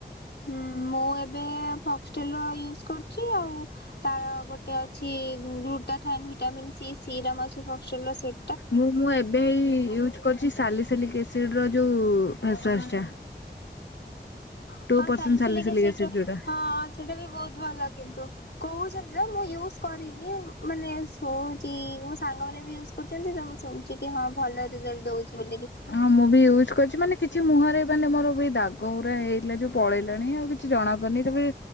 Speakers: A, on the left; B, on the left.
A: ହୁଁ ମୁଁ ଏବେ ଫକ୍ସଟେଲ ର ୟୁଜ୍‌ କରୁଛି ଆଉ ତାର ଗୋଟେ ଅ ଅଛି ଗ୍ଲୁଟାଥାଇନ୍ ଭିଟାମିନ୍ ସି ସିରମ୍ ଅଛି ଫସଲ ସି
B: ମୁଁ ମୁଁ ଏବେ ହେଇ ୟୁଜ୍ କରୁଛି ସାଲିସିଲିକ୍ ଏସିଡ୍‌ ର ଯୋଉ ଫେସ୍‌ୱାସ ଟା। ଟୁ
A: ହଁ
B: ପରସେଣ୍ଟ
A: ସାଲିସିଲିକ୍ ଏସିଡ୍‌
B: ଏସିଡ
A: ର
B: ଯୋଉଟା।
A: ହଁ ସେଇଟା ବହୁତ ଭଲ କିନ୍ତୁ। କହୁଛନ୍ତି ତ ମୁଁ ୟୁଜ୍‌ କରିନି ମାନେ ଶୁଣୁଛି ମୋ ସାଙ୍ଗ ମାନେ ବି ୟୁଜ୍‌ କରୁଛନ୍ତି ତ ମୁଁ ଶୁଣିୁଛି କି ହଁ ଭଲ ରେଜଲ୍ଟ ଦଉଛି ବୋଲି କି।
B: ହଁ ମୁଁ ବି ୟୁଜ୍ କରିଛି ମାନେ କି କିଛି ମୁହଁରେ ମାନେ ମୋର ବି ଦାଗ ଗୁରା ହେଇଥିଲା ଯୋଉ ପଳେଇଲାଣି ଆଉ କିଛି ଜଣା ପଡୁନି। ତାପରେ